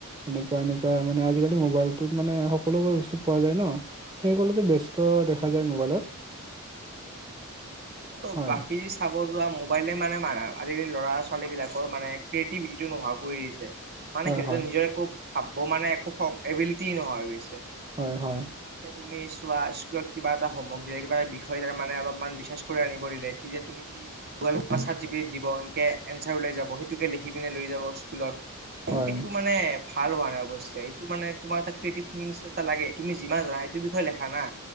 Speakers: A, on the right (about 20°); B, on the right (about 45°).
A: এনেকুৱা এনেকুৱা মানে আজিকালি মোবাইলটোত মানে সকলোবোৰ বস্তু পোৱা যায় ন। সেইবোৰতে ব্যস্ত দেখা যায় মোবাইলত।
B: ত'
A: হয়
B: বাকী চাব যোৱা মোবাইলে মানে মৰা আজিকালি ল'ৰা ছোৱালীবিলাকৰ মানে ক্ৰিয়েটিভিটিটো নোহোৱা কৰি দিছে। মানে
A: হয়
B: সিহঁতে
A: হয়
B: নিজৰ একো ভাবিব মানে একো এবিলিটি নোহোৱা গৈছে।
A: হয়, হয়।
B: এতিয়া তুমি চোৱা স্কুলত কিবা এটা সামগ্ৰী কিবা এটা বিষয়ে ত মানে অলপমান ৰিচাৰ্চ কৰি আনিব দিলে তেতিয়া তুমি সি গুগল চেত জিটিপি দিব এনকে এনচাৰ ওলাই যাব সেইটোকে লিখি পিনে লৈ যাব স্কুলত
A: হয়
B: সেইটো মানে ভাল হোৱা নাই অৱশ্যে এইটো মানে তোমাৰ এটা ক্ৰিয়েটি থংকি এ নিচিনা লাগে তুমি যিমান যানা সেইটো বিষয়ে লেখা না